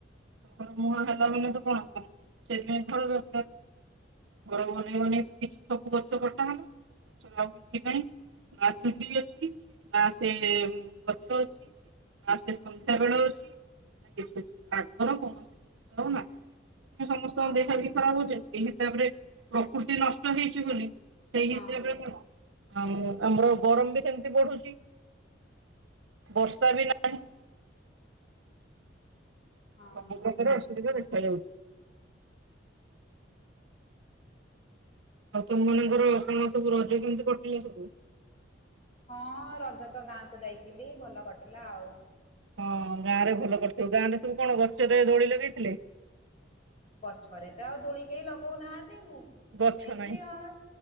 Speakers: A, on the right (about 75°); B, on the left (about 35°).
A: ସହର ମୁହାଁ ହେଲା ମାନେ କଣ ସମସ୍ତେ ସେଇଥିପାଇଁ ଘର ଦରକାର ଘର ବନେଇବ ନି ପୁଣି ସବୁ ଗଛ କଟାହେଲା ସେରା ଆଉ କିଛି ନାହିଁ ନା ସେ ଚୁଲି ଅଛି ନା ସେ ଗଛ ଅଛି ନା ସେ ସନ୍ଧ୍ୟା ବେଳେ ଅଛି ନା କି ସେ ଆଗର କୌଣସି ଜିନିଷ ଆଉ ନାହି ସେଥିପାଇ ସମସ୍ତଙ୍କ
B: ଆଉ
A: ଦେହ ବି ଖରାପ୍ ହଉଛି ସେଇ ହିସାବରେ ପ୍ରକୃତି ନଷ୍ଟ ହେଇଛି ବୋଲି ସେଇ
B: ହଁ
A: ହିସାବରେ କଣ ଆଉ ଆମର ଗରମ ବି ସେମତି ବଢୁଛି ବର୍ଷା ବି ନାହିଁ
B: ହଁ
A: ସବୁ ପ୍ରକାରେ ଅସୁବିଧା ଦେଖାଯାଉଛି ଆଉ ତମମାନଙ୍କର କଣ ସବୁ ରଜ କେମିତି କଟିଲା ସବୁ?
B: ହଁ ରଜ ତ ଗାଁ କୁ ଯାଇଥିଲି ଭଲ କଟିଲା ଆଉ
A: ହଁ ଗାଁ ରେ ଭଲ କଟିଥିବ, ଗାଁ ରେ ସବୁ କଣ ଗଛ ରେ ଦୋଳି ଲଗେଇଥିଲେ?
B: ଗଛରେ ତ ଆଉ ଦୋଳି କେହି ଲଗଉନାହାନ୍ତି, ମୁଁ
A: ଗଛ
B: ସେମିତି
A: ନାହିଁ।
B: ହଁ